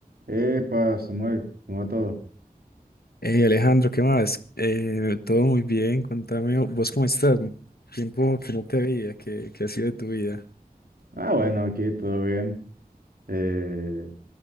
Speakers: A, on the right (about 75°); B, on the left (about 85°).
A: Epa, Samuel, ¿cómo va todo?
B: Hey Alejandro, ¿qué más? Eh, todo muy bien, contame, ¿vos cómo estás? Tiempo que no te veía, ¿qué, qué ha sido de tu vida?
A: Ah, bueno, aquí todo bien. Eh,